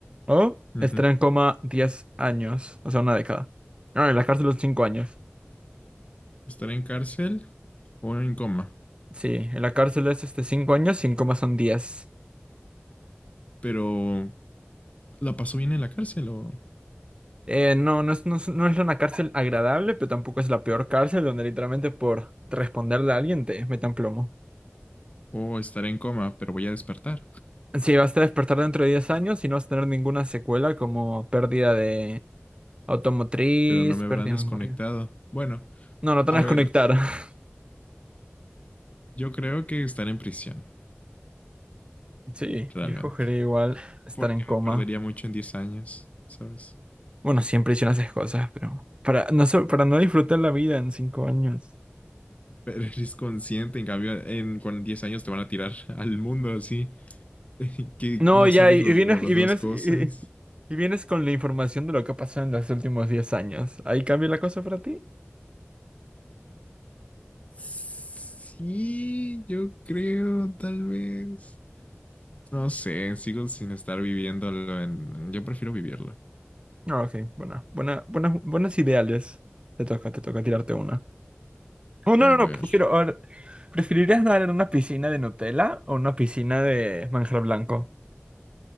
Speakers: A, on the right; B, on the left.
A: O
B: Ujú.
A: estar en coma 10 años, o sea, una década. No, en la cárcel son cinco años.
B: ¿Estar en cárcel o en coma?
A: Sí, en la cárcel es este cinco años y en coma son 10.
B: Pero... ¿La pasó bien en la cárcel o...?
A: Eh, no, no es, no es, no es una cárcel agradable, pero tampoco es la peor cárcel donde literalmente por responderle a alguien te metan plomo.
B: O estar en coma, pero voy a despertar.
A: Sí, vas a despertar dentro de 10 años y no vas a tener ninguna secuela como pérdida de automotriz,
B: pero no me
A: pérdida
B: habrán desconectado.
A: de memoria.
B: Bueno,
A: No, no te
B: a
A: van a
B: ver,
A: desconectar. <laughs>
B: yo creo que estar en prisión,
A: Sí,
B: realmente.
A: yo escogería igual estar
B: Porque
A: en coma.
B: me perdería mucho en 10 años, ¿sabes?
A: Bueno, siempre hice esas cosas, pero para no, so- para no disfrutar la vida en 5 años.
B: <laughs> Pero eres consciente, en cambio, en con 10 años te van a tirar <laughs> al mundo así, <laughs> que
A: No,
B: no
A: ya,
B: sabes
A: y,
B: los,
A: y vienes,
B: no, las
A: y
B: nuevas
A: vienes,
B: cosas.
A: y, y- y vienes con la información de lo que ha pasado en los últimos 10 años. ¿Ahí cambia la cosa para ti?
B: Sí, yo creo, tal vez. No sé, sigo sin estar viviéndolo en... Yo prefiero vivirlo.
A: No, ok, bueno, buena, buenas, buenas ideales. Te toca, te toca tirarte una. Oh, no,
B: A
A: no, no,
B: ver,
A: prefiero. a ver, ¿preferirías nadar en una piscina de Nutella o una piscina de manjar blanco?